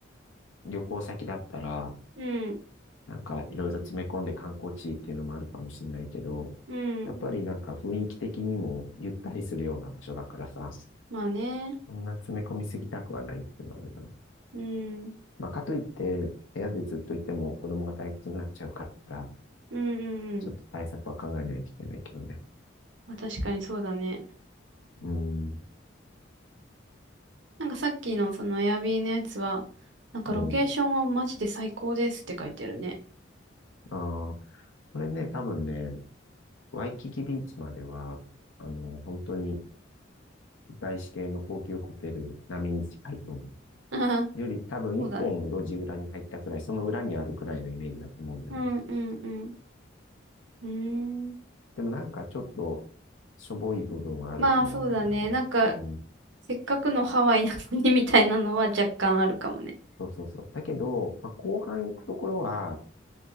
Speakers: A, on the left; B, on the right.
A: 旅行先だったら、
B: うん、
A: なんかいろいろ詰め込んで観光地っていうのもあるかもしれないけど、
B: うん。
A: やっぱりなんか雰囲気的にもゆったりするような場所だからさ、
B: まあね。
A: そんな詰め込みすぎたくはないっていうのはあるな。
B: うん、うん、
A: まあ、かといって、部屋でずっといても子供が退屈になっちゃうから、
B: うん。うん
A: ちょっと対策は考えないといけないけどね。
B: まあ確かにそうだね。
A: うん。
B: なんかさっきのそのエアビーのやつは、なんかロケーションはマジで最高ですって書いてるね。
A: うん。ああ、これね、多分ね、ワイキキビーチまでは、あの、本当に外資系の高級ホテル並みに近いと思う。
B: <laughs>
A: より多分一本路地裏に入ったくらい、
B: そうだね。
A: その裏にあるくらいのイメージだと思うんだよね。
B: うん、うん、うん。うーん。
A: でもなんかちょっとしょぼい部分はあると思うんだけどね。
B: まあそうだね。なんか、
A: うん。
B: せっかくのハワイなのにみたいなのは若干あるかもね。
A: そうそうそう。だけど、まあ、後半行くところは、